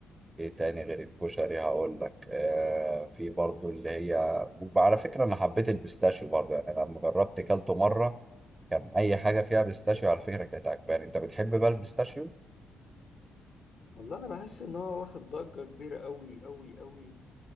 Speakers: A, on the right (about 20°); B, on the left (about 60°).
A: ايه تاني غير الكشري هقول لك آه في برضو اللي هي وعلى فكرة انا حبيت البيستاشيو برضو يعني انا لما جربت كلته مرة كان اي حاجة فيها بيستاشيو على فكرة كانت عجباني انت بتحب بقى البيستاشيو
B: والله انا بحس ان هو واخد ضجه كبيره قوي قوي قوي